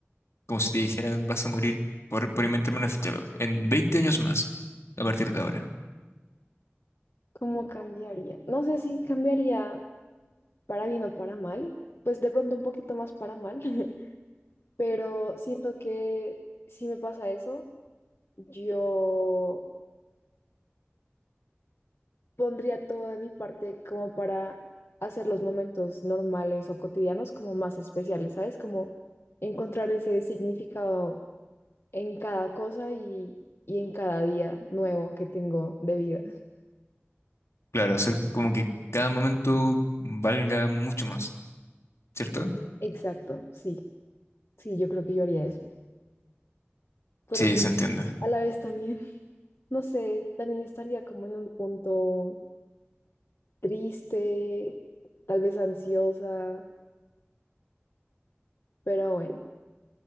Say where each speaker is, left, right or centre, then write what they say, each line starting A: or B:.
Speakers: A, on the left; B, on the left.
A: como si te dijeran vas a morir por, por inventarme una ficha web en 20 años más a partir de ahora.
B: ¿Cómo cambiaría? No sé si cambiaría para bien o para mal. Pues de pronto un poquito más para mal. <laughs> Pero siento que si me pasa eso, yo pondría todo de mi parte como para hacer los momentos normales o cotidianos como más especiales, ¿sabes? Como encontrar ese significado en cada cosa y, y en cada día nuevo que tengo de vida.
A: Claro, hacer como que cada momento valga mucho más, ¿cierto?
B: Exacto, sí, sí, yo creo que yo haría eso. Pero
A: Sí,
B: pues,
A: se entiende.
B: a la vez también, <laughs> no sé, también estaría como en un punto triste, tal vez ansiosa, pero bueno,